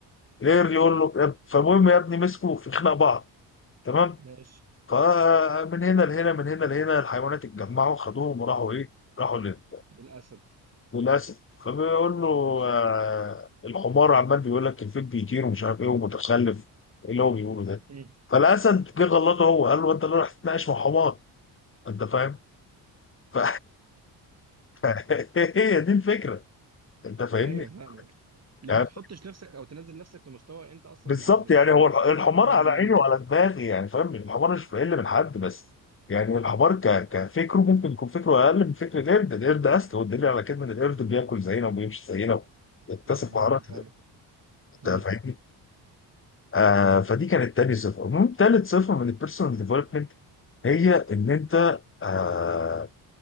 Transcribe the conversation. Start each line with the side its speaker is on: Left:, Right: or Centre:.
Left: غير يقول له يا اب- فالمهم يا ابني مسكوا في خناق بعض تمام
Right: ماشي
Left: فمن هنا لهنا من هنا لهنا الحيوانات اتجمعوا خدوهم وراحوا ايه راحوا لل-
Right: الاسد
Left: للاسد فبيقول له
Right: ماشي
Left: آه الحمار عمال بيقول لك الفيل بيطير ومش عارف ايه ومتخلف ايه اللي هو بيقوله ده
Right: مم. <laughs>
Left: فالاسد جه غلطه هو قال له انت اللي راح تتناقش مع حمار انت فاهم ف... <laughs> هي دي الفكره انت فاهمني
Right: ايوه فاهمك لو
Left: يعني
Right: ما تحطش نفسك او تنزل نفسك لمستوى انت اصلا
Left: بالظبط
Right: مع- مش
Left: يعني
Right: مش
Left: هو الح- الحمار
Right: اكبر
Left: على
Right: منه
Left: عيني وعلى دماغي يعني فاهم الحمار مش بيقل من حد بس يعني الحمار ك... كفكره ممكن يكون فكره اقل من فكر القرد القرد اذكى والدليل على كده ان القرد بياكل زينا وبيمشي زينا ويكتسب
Right: بالظبط
Left: مهارات
Right: فعلا
Left: انت
Right: مم.
Left: فاهمني آه فدي كانت تاني صفه المهم تالت صفه من البيرسونال ديفلوبمنت هي ان انت آه